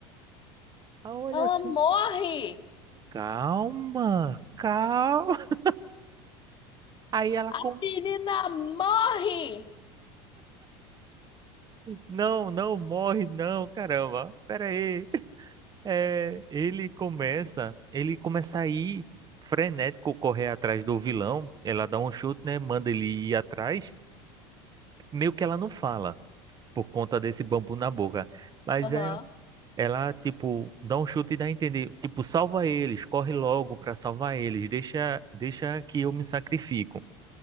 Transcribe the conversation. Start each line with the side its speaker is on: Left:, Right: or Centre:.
Right: Aí olha
Left: Ela
Right: assim,
Left: morre!
Right: calma, calma. <laughs> Aí ela com,
Left: A menina morre!
Right: não, não morre não, caramba. Pera aí. É, ele começa, ele começa a ir frenético correr atrás do vilão. Ela dá um chute, né? Manda ele ir atrás. Meio que ela não fala por conta desse bambu na boca. Mas
Left: Aham.
Right: é, ela, tipo, dá um chute e dá a entender, tipo, salva eles, corre logo pra salvar eles, deixa, deixa que eu me sacrifico.